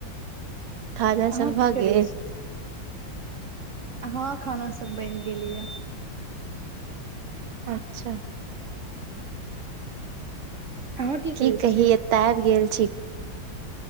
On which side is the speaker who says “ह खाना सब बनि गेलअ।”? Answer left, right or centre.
Right